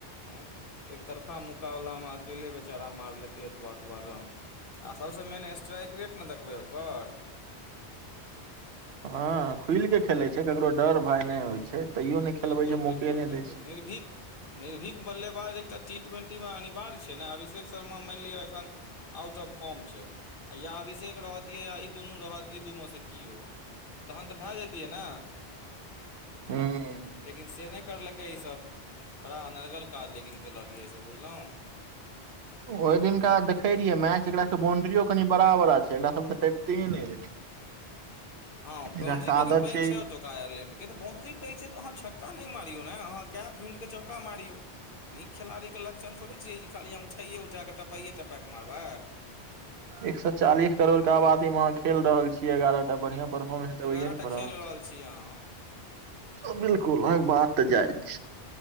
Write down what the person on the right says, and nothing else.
हँ खुल के खेलै छै, ककरो डर भाय नहि होइ छै, तैयो ने खेलबै
छै
मौके नहि
दे छै।
हँ।
ओहि दिनका देखे रहियै, मैच एकरा के बाउंड्रियो कनि बड़ा- बड़ा छै, एकरा सब तऽ टैपिते नहि रहे।
एकरा के
आदत
एक सए चालीस करोड़ के आबादी मे अहाँ खेल रहल छियै एगारह टा बढ़िया। परफॉमेनस देबैए
न
पड़त।
आ बिलकुल अलग बात जाइ छै